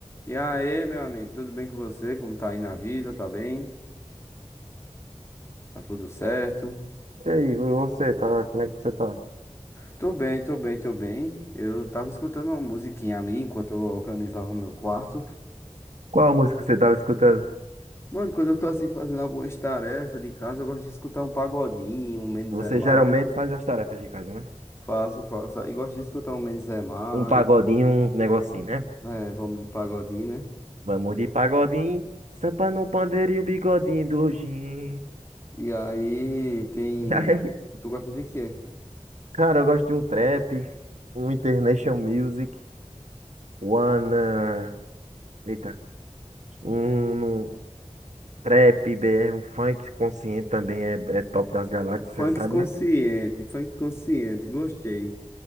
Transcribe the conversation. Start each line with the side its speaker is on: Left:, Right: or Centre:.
Left: E aí, meu amigo, tudo bem com você? Como tá aí na vida? Tá bem? Tá tudo certo?
Right: E aí, você tá? Como é que você tá?
Left: Tô bem, tô bem, tô bem. Eu tava escutando uma musiquinha ali enquanto eu organizava meu quarto.
Right: Qual música você estava escutando?
Left: Mano, quando eu tô assim fazendo algumas tarefas de casa, eu gosto de escutar um pagodinho, um Menos
Right: Você
Left: é Mais.
Right: geralmente faz as tarefas de casa, né?
Left: Faço, faço. Aí gosto de escutar um Menos é Mais.
Right: Um pagodinho, um negocinho, né?
Left: É, vamos de pagodinho, né?
Right: Vamos de pagodinho, sampa no pandeiro e o bigodinho do Jim. <laughs>
Left: E aí tem.
Right: E aí,
Left: Tu gosta de quê?
Right: cara, eu gosto de um trap, um international music, one, uh, eita, um, um trap, BR, um funk consciente também é, é top das galáxias,
Left: Funk
Right: você sabe,
Left: consciente,
Right: né?
Left: funk consciente, gostei.